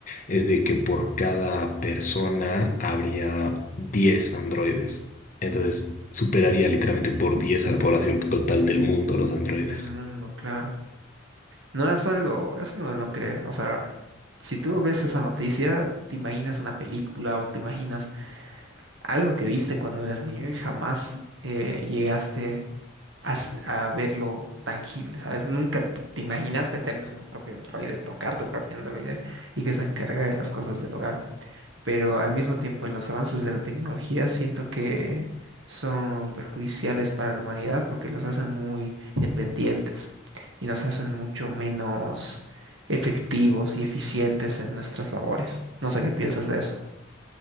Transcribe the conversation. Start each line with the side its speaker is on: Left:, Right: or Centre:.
Left: es de que por cada persona habría 10 androides. Entonces, superaría literalmente por 10 a la población total del mundo los androides.
Right: del mundo, claro. No es algo, es algo de no creer. O sea, si tú ves esa noticia, te imaginas una película o te imaginas algo que viste cuando eras niño y jamás eh, llegaste a, s- a verlo tangible, ¿sabes? Nunca t- te imaginaste tener tu propio androide, tocar tu propio androide y que se encargue de las cosas del hogar. Pero al mismo tiempo, los avances de la tecnología siento que son perjudiciales para la humanidad porque los hacen muy dependientes y nos hacen mucho menos efectivos y eficientes en nuestras labores. No sé qué piensas de eso.